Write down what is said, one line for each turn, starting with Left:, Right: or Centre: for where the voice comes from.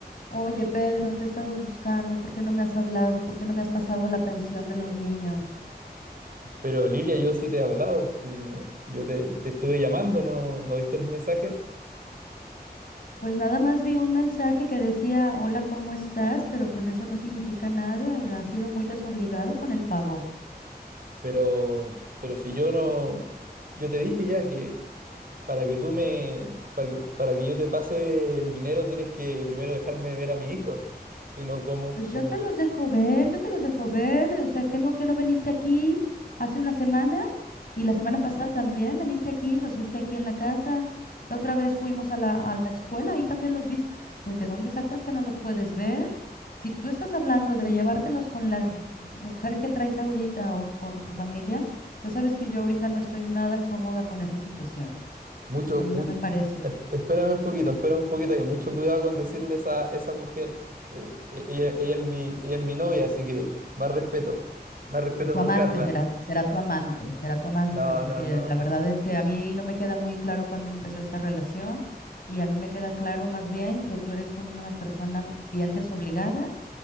Left: Oye, Pedro, te he estado buscando, ¿por qué no me has hablado? ¿Por qué no me has pasado la pensión de los niños?
Right: Pero Lilia, yo sí te he hablado, sí, no- yo te, te estuve llamando, no, no viste los mensajes,
Left: Pues nada más vi un mensaje que decía, hola, ¿cómo estás? Pero pues eso no significa nada, has sido muy desobligado con el pago.
Right: pero, pero si yo no, yo te dije ya que para que tú me, para que, para que yo te pase el dinero tienes que primero dejarme ver a mis hijos, si no, ¿cómo,
Left: Pues
Right: cómo?
Left: yo te los dejo ver, yo te los dejo ver, o sea, que no, que no viniste aquí hace una semana. Y la semana pasada también viniste aquí, los viste aquí en la casa. La otra vez fuimos a la, a la escuela y también los viste. Pues, ¿de dónde sacas que no los puedes ver? Si tú estás hablando de llevártelos con la mujer que traes ahorita o con tu familia, ya sabes que yo ahorita no estoy nada cómoda con esa situación.
Right: Mucho,
Left: A mí
Right: mucho,
Left: no me parece.
Right: espérame un poquito, espérame un poquito, y mucho cuidado con decirle esa, esa mujer, eh, eh, ella, ella es mi, ella es mi novia, así que más respeto, más respeto
Left: Pues tu
Right: con
Left: amante
Right: Carla.
Left: será, será tu amante, será tu amante,
Right: No,
Left: porque
Right: no, no,
Left: la
Right: no.
Left: verdad es que a mí no me queda muy claro cuándo empezó esa relación y a mí me queda claro más bien que tú eres una persona bien desobligada